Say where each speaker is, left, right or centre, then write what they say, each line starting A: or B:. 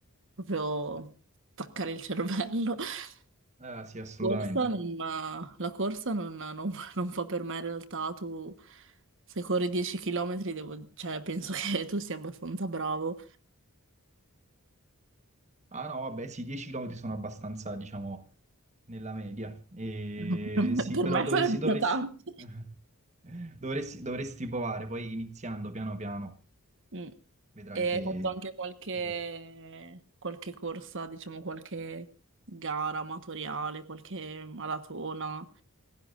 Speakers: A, on the right; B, on the right.
A: proprio attaccare il cervello. <laughs>
B: eh, sì, assolutamente.
A: Corsa non- la corsa non, non- non fa per me in realtà, tu se corri 10 km devo- cioè, penso <laughs> che tu sia abbastanza bravo.
B: Ah no, vabbè, sì, 10 km sono abbastanza, diciamo, nella media. E
A: <laughs>
B: sì,
A: Per
B: però
A: me
B: dovresti,
A: sarebbero
B: dovresti,
A: tanti.
B: <laughs> dovresti, dovresti provare, poi iniziando piano piano,
A: Mm.
B: vedrai
A: E
B: che
A: hai fatto anche qualche,
B: che riesci.
A: qualche corsa, diciamo qualche gara amatoriale, qualche maratona.